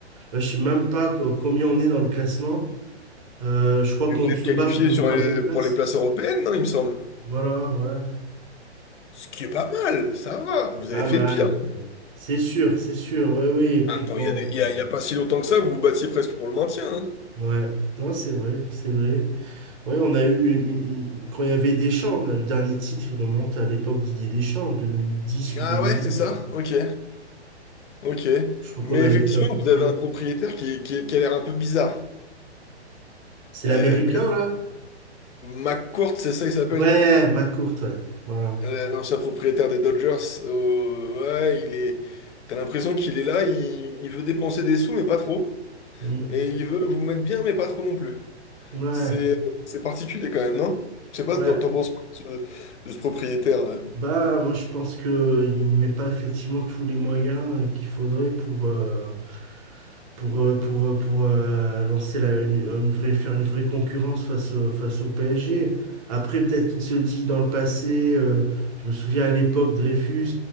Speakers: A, on the right; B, on the left.
A: là, je sais même pas co- combien on est dans le classement, Euh, je crois
B: Mais
A: qu'on
B: vous
A: se
B: êtes qualifié
A: bat pour
B: sur
A: une troisième
B: les-
A: place,
B: pour les places européennes, non, il me semble.
A: voilà, ouais,
B: Ce qui est pas mal, ça va.
A: c'est
B: Vous
A: pas
B: avez fait
A: mal,
B: pire. hein.
A: ouais. C'est sûr, c'est sûr, oui, oui, et puis
B: En même temps,
A: bon,
B: il y a, des- il y a- il y a pas si longtemps que ça, vous vous battiez presque pour le maintien. hein.
A: on- ouais, non, c'est vrai, c'est vrai. Ouais, on a eu une- une- quand il y avait Deschamps, on a le dernier titre, il remonte à l'époque Didier Deschamps, en 2010 ou
B: Ah
A: deux mille
B: ouais, c'est
A: onze.
B: ça? Ok, ok.
A: Je crois
B: Mais
A: qu'on
B: effectivement,
A: avait fait un couplet.
B: vous avez un propriétaire qui, qui- qui a l'air un peu bizarre.
A: C'est
B: Euh,
A: l'américain,
B: que-
A: là?
B: McCourt, c'est ça, il s'appelle?
A: Ouais, ma courte, ouais. Voilà.
B: Euh, L'ancien propriétaire des Dodgers. Oh, ouais, il est... T'as l'impression qu'il est là, il, il veut dépenser des sous, mais pas trop.
A: Mm.
B: Et il veut vous mettre bien, mais pas trop non plus.
A: Ouais,
B: C'est c'est particulier quand même, non? Je sais pas,
A: ouais.
B: t'en t'en penses quoi de ce, de ce propriétaire?
A: Bah, moi, je pense que il met pas effectivement tous les moyens euh, qu'il faudrait pour, euh, pour, euh, pour, euh, pour euh, lancer la- une, une vraie, faire une vraie concurrence face, au- face au PSG. Après, peut-être qu'il se dit dans le passé, euh, je me souviens à l'époque, Dreyfus,